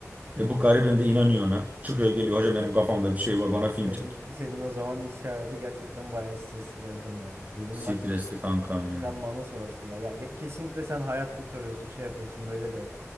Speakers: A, on the right; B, on the right.
A: E bu garibim de inanıyor ona. Çıkıyor geliyor hocam benim kafamda bir şey var bana film
B: Senin
A: çek.
B: senin o zaman iş hayatı gerçekten bayağı stresli kankam ya. Benim
A: Stresli
B: bak
A: kankam ya.
B: Sen bana sorasın ya. Ya ge- kesinlikle sen hayat kurtarıyorsun, şey yapıyorsun böyle de.